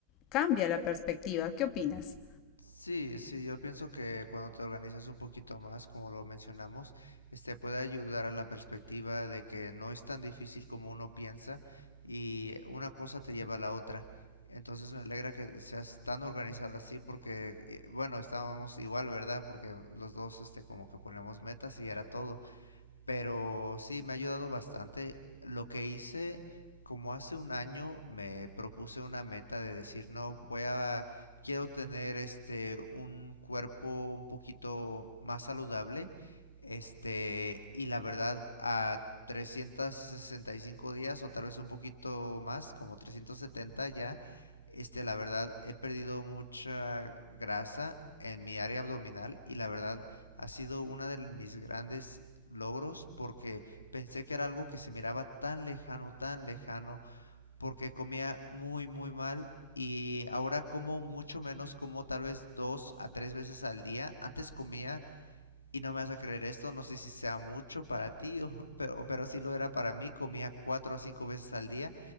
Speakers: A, on the left (about 40°); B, on the left (about 80°).
A: cambia la perspectiva. ¿Qué opinas?
B: Sí, sí, yo pienso que cuando te organizas un poquito más, como lo mencionamos, este puede ayudar a la perspectiva de que no es tan difícil como uno piensa y una cosa te lleva a la otra. Entonces me alegra que seas tan organizada así porque, eh, bueno, estábamos igual, ¿verdad? Porque los dos, este, como que ponemos metas y era todo. Pero sí, me ha ayudado bastante. Lo que hice, como hace un año, me propuse una meta de decir, no, voy a, quiero tener este, un cuerpo un poquito más saludable. Este, y la verdad, a 365 días o tal vez un poquito más, como 370 ya, este, la verdad, he perdido mucha grasa en mi área abdominal y la verdad, ha sido uno de mis grandes logros porque pensé que era algo que se miraba tan lejano, tan lejano, porque comía muy, muy mal y ahora como mucho menos, como tal vez dos a tres veces al día. Antes comía y no me vas a creer esto, no sé si sea mucho para ti, o- <laughs> pero, pero sí lo era para mí. Comía cuatro a cinco veces al día